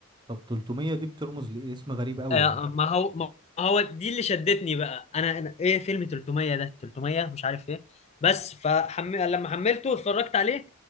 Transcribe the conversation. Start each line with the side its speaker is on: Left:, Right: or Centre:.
Right: طب 300 دي بترمز لإيه اسم غريب قوي
Left: آه،
Right: يعني
Left: ما هو ما هو دي اللي شدتني بقى انا انا ايه فيلم 300 ده 300 مش عارف ايه بس فحم... لما حملته اتفرجت عليه